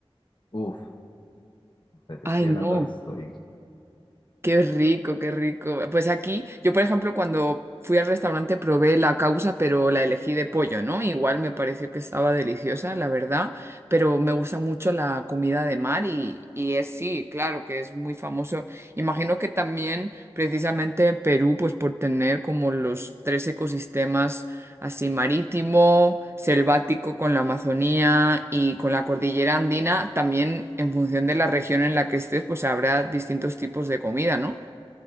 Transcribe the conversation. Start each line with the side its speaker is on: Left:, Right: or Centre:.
Left: Uf, o sea, te
Right: Ay,
Left: estoy hablando
Right: no,
Left: de esto. y-
Right: qué rico, qué rico. Pues aquí, yo por ejemplo, cuando fui al restaurante probé la causa, pero la elegí de pollo, ¿no? Igual me pareció que estaba deliciosa, la verdad, pero me gusta mucho la comida de mar y, y es sí, claro que es muy famoso. Imagino que también precisamente Perú, pues por tener como los tres ecosistemas así marítimo, selvático con la Amazonía y con la cordillera andina, también en función de la región en la que estés, pues habrá distintos tipos de comida, ¿no?